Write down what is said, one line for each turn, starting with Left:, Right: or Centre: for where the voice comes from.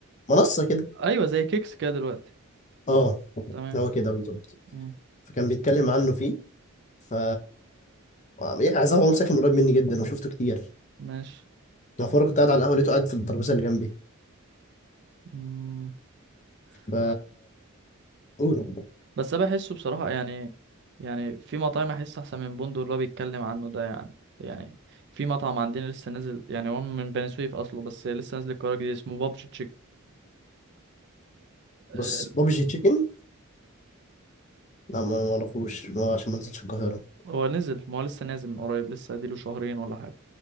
Left: منصة كده
Right: ايوه زي كيكس كده دلوقتي
Left: اه
Right: تمام
Left: هو كده بالظبط
Right: مم.
Left: فكان بيتكلم عنه فيه ف يحيى عزام عمر ساكن قريب مني جدا وشفته كتير
Right: ماشي
Left: يعني في مرة كنت قاعد على القهوة لقيته قاعد في الترابيزة اللي جنبي
Right: مم.
Left: ف
Right: ب-
Left: قول
Right: بس انا بحسه بصراحه يعني يعني في مطاعم احس احسن من بوندو اللي هو بيتكلم عنه ده يعني يعني في مطعم عندنا لسه نازل يعني هو من بني سويف اصله بس لسه نازل القرار جديد اسمه بابجي تشيكن
Left: بص بابجي تشيكن لا ما انا ما اعرفوش ما هو عشان ما نزلتش القاهرة
Right: هو نزل ما هو لسه نازل من قريب لسه اديله شهرين ولا حاجة